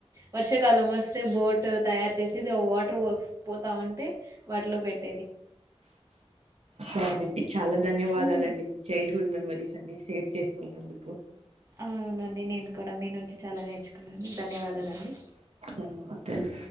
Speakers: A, on the right; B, on the right.
A: వర్షాకాలం వస్తే బోట్ తయరు చేసి ఏదో వాటర్ ఫో పోతావుంటే వాటిలో పెట్ట
B: సరే అండి చాలా ధన్యవాదాలండి
A: ఉమ్
B: మీ చైల్డ్ హుడ్ మెమరీస్ అని షేర్ చేసుకున్నందుకు
A: అవునండి నేను కూడా మీ నుంచి చాలా నేర్చుకున్నాను ధన్యవాదాలండి
B: ధన్యవాదాలు